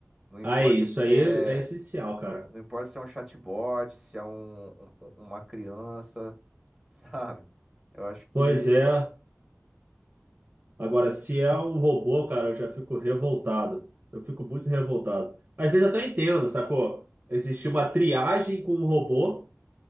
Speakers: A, in the centre; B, on the right.
A: Não importa
B: Aí, isso
A: se
B: aí
A: é
B: é essencial, cara.
A: não importa se é um chatbot, se é um, um- uma criança, <laughs> sabe? Eu acho que
B: Pois é. Agora, se é um robô, cara, eu já fico revoltado. Eu fico muito revoltado. Às vezes eu até entendo, sacou? Existe uma triagem com um robô